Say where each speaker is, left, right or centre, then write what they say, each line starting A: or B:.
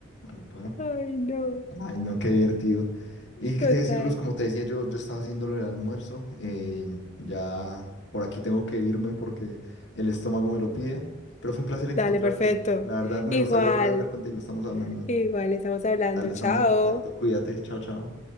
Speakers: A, on the left; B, on the left.
A: Epa.
B: Ay, no.
A: Ay, no, qué divertido. Y qué
B: Total.
A: te voy a decir, Luz, como te decía, yo, yo estaba haciéndolo el almuerzo. eh, ya por aquí tengo que irme porque el estómago me lo pide. Pero fue un placer encontrarte.
B: Dale, perfecto.
A: La verdad, me
B: Igual,
A: gustaría volver a hablar contigo. Estamos hablando.
B: igual, estamos hablando.
A: Dale, estamos
B: Chao.
A: en contacto. Cuídate. Chao, chao.